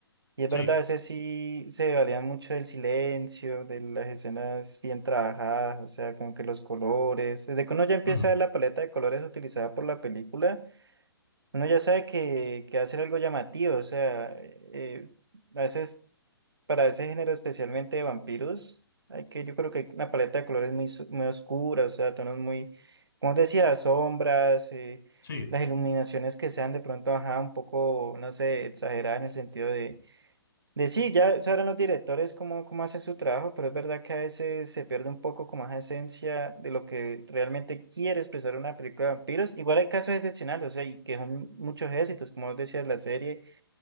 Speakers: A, on the right (about 70°); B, on the left (about 60°).
A: Y es
B: Sí,
A: verdad, ese sí se valía mucho del silencio, de las escenas bien trabajadas, o sea, como que los colores. Desde que uno ya empieza
B: ujú,
A: a ver la paleta de colores utilizada por la película, uno ya sabe que, que va a ser algo llamativo, o sea, eh, a veces, para ese género especialmente de vampiros, hay que, yo creo que hay una paleta de colores muy, s- muy oscura, o sea, tonos muy, como decía, sombras, eh,
B: sí,
A: las iluminaciones que sean de pronto, ajá, un poco, no sé, exageradas en el sentido de de sí, ya sabrán los directores cómo, cómo hacen su trabajo, pero es verdad que a veces se pierde un poco como esa esencia de lo que realmente quiere expresar una película de vampiros. Igual hay casos excepcionales, o sea, y que son muchos éxitos, como vos decías, la serie,